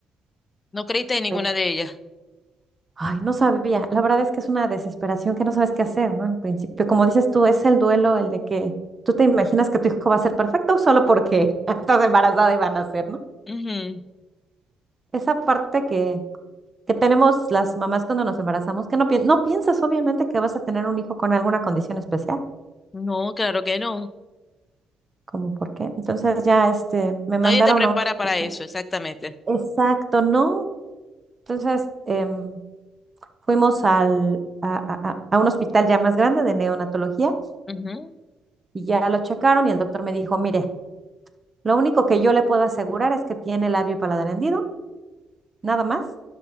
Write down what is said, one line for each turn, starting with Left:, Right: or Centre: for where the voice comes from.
Left: No creíste en ninguna
Right: pues,
Left: de ellas.
Right: Ay, no sabía. La verdad es que es una desesperación que no sabes qué hacer, ¿no? En principio, como dices tú, es el duelo el de que tú te imaginas que tu hijo va a ser perfecto solo porque <laughs> estás embarazada y van a ser, ¿no?
Left: Ujú.
Right: Esa parte que, que tenemos las mamás cuando nos embarazamos, que no, pi- no piensas obviamente que vas a tener un hijo con alguna condición especial,
Left: No, claro que no.
Right: como por qué. Entonces ya este, me
Left: Nadie
Right: mandaron
Left: te prepara
Right: a un hospital.
Left: para eso, exactamente.
Right: Exacto, ¿no? Entonces em, fuimos al, a a- a- a un hospital ya más grande de neonatología
Left: Ujú.
Right: Y ya lo checaron y el doctor me dijo, mire, lo único que yo le puedo asegurar es que tiene labio paladar hendido, nada más.